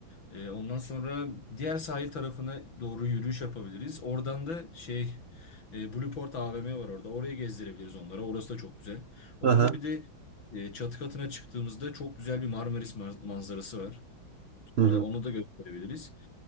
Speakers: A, on the left (about 70°); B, on the right (about 75°).
A: E, ondan sonra diğer sahil tarafına doğru yürüyüş yapabiliriz. Oradan da şey e, Blueport AVM var orada. Oraya gezdirebiliriz onlara. Orası da çok güzel. Oranın
B: Aha.
A: bir de e, çatı katına çıktığımızda çok güzel bir Marmaris ma- manzarası var.
B: Hı
A: E,
B: hı.
A: Onu da gösterebiliriz.